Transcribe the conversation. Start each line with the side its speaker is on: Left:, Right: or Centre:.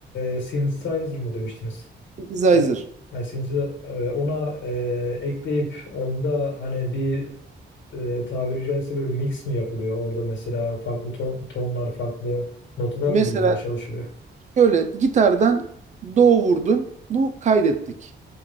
Left: e, synthesizer mı demiştiniz?
Right: synthesizer.
Left: E, yani synthesizer- e, ona e, ekleyip onda hani bir e, tabiri caizse böyle mix mi yapılıyor? Orada mesela farklı ton- tonlar, farklı notalar
Right: Mesela
Left: mı bulunmaya çalışılıyor?
Right: şöyle gitardan do vurdun, bu kaydettik.